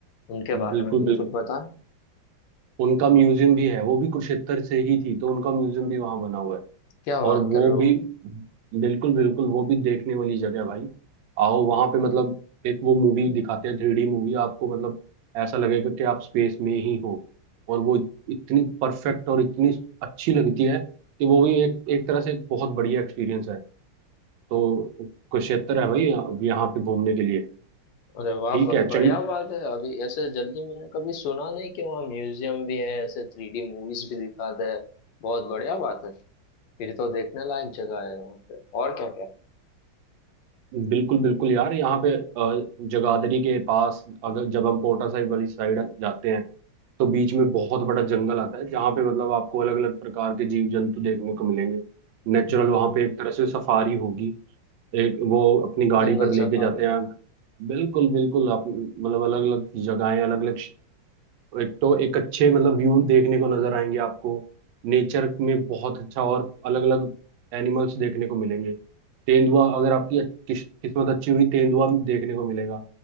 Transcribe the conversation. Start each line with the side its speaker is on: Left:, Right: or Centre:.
Left: उनके बारे
Right: बिल्कुल
Left: में बिल्कुल
Right: बिल्कुल
Left: पता है
Right: उनका म्यूजियम भी है वो भी कुरुक्षेत्र से ही थी तो उनका म्यूजियम भी वहां बना हुआ है
Left: क्या बात
Right: और वो
Left: कर रहे हो
Right: भी बिल्कुल बिल्कुल वो भी देखने वाली जगह है भाई आओ वहां पे मतलब एक वो मूवी दिखाते हैं थ्री डी मूवी आपको मतलब ऐसा लगेगा कि आप स्पेस में ही हो और वो इतनी परफेक्ट और इतनी अच्छी लगती है कि वो भी एक एक तरह से एक बहुत बढ़िया एक्सपीरियंस है तो कुरुक्षेत्र है भाई यहाँ पे घूमने के लिए
Left: अरे वाह
Right: ठीक
Left: ब-
Right: है
Left: बढ़िया
Right: चंड
Left: बात है अभी ऐसे जल्दी मैंने कभी सुना नहीं कि वहाँ म्यूजियम भी है ऐसे थ्री डी मूवीज भी दिखाते हैं बहुत बढ़िया बात है फिर तो देखने लायक जगह है वहाँ पे और क्या क्या है?
Right: बिल्कुल बिल्कुल यार यहाँ पे अ, जगाधरी के पास अगर जब हम पोटा साहिब वाली साइड जाते हैं तो बीच में बहुत बड़ा जंगल आता है जहाँ पे मतलब आपको अलग अलग प्रकार के जीव जंतु देखने को मिलेंगे नेचुरल
Left: हम्म
Right: वहाँ पे एक तरह से सफारी होगी एक वो अपनी गाड़ी
Left: जंगल
Right: पर लेके
Left: सफारी
Right: जाते हैं बिल्कुल बिल्कुल आप मतलब अलग अलग जगहें अलग अलग एक तो एक अच्छे मतलब व्यू देखने को नजर आएंगे आपको नेचर में बहुत अच्छा और अलग अलग एनिमल्स देखने को मिलेंगे तेंदुआ अगर आपकी किस, किस्मत अच्छी हुई तेंदुआ देखने को मिलेगा